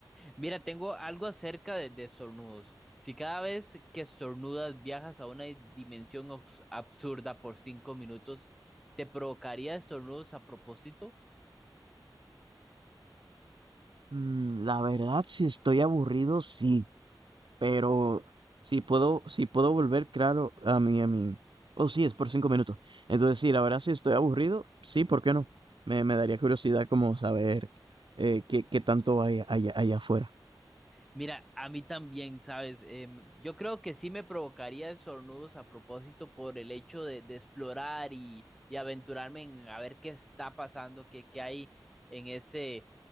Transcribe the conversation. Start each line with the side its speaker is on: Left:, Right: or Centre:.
Centre: Mira, tengo algo acerca de, de estornudos. Si cada vez que estornudas viajas a una dimensión obs- absurda por cinco minutos, ¿te provocaría estornudos a propósito?
Right: Mm, la verdad, si estoy aburrido, sí. Pero si puedo, si puedo volver, claro, a mí a mí Oh, sí, es por cinco minutos. Entonces, sí, la verdad, si estoy aburrido, sí, ¿por qué no? Me, me daría curiosidad como saber eh, qué, qué tanto hay allá, allá afuera.
Centre: Mira, a mí también, ¿sabes? Em, yo creo que sí me provocaría estornudos a propósito por el hecho de, de explorar y, y aventurarme en a ver qué está pasando, qué, qué hay en ese,